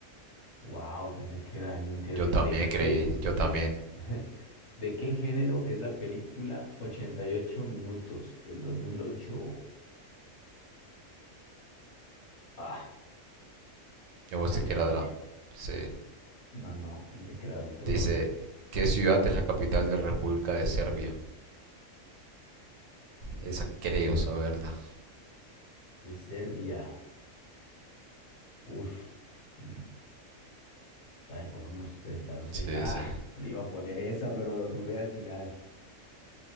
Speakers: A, on the left; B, on the right.
A: Wow, pensé que era Jim Carrey.
B: yo también
A: ¿De
B: creí,
A: qué,
B: yo también.
A: de, <laughs> de qué género es la película 88 minutos del dos mil ocho. Ah,
B: Yo pensé
A: fallé,
B: que era
A: fallé.
B: dra- Sí.
A: No, no, pensé que era aventura,
B: Dice,
A: güey.
B: ¿qué ciudad es la capital de la República de Serbia? Esa creo saberla.
A: De Serbia. Uf. Mm, Ay, pongamos esta, no sé.
B: Sí,
A: Ah,
B: sí.
A: le iba a poner esa, pero dudé al final.